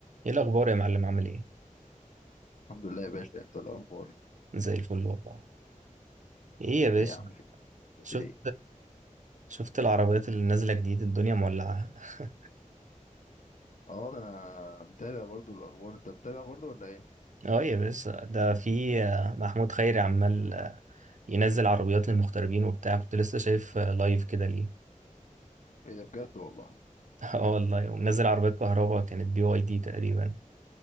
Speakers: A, on the right; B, on the left.
A: ايه الاخبار يا معلم عامل ايه
B: الحمد لله يا باشا انت الاخبار
A: زي الفل والله ايه يا باشا
B: ايه يا عم في بتعمل
A: شفت
B: ايه
A: شفت العربيات اللي نازله جديد الدنيا مولعه <laughs>
B: اه ده انا متابع برضو الاخبار انت متابع برضو ولا ايه
A: اه يا باشا ده في آه، محمود خيري عمال آه، ينزل عربيات للمغتربين وبتاع كنت لسه شايف آه، لايف كده ليه
B: ايه ده بجد والله
A: <laughs> اه والله ومنزل عربيات كهرباء كانت بي واي دي تقريبا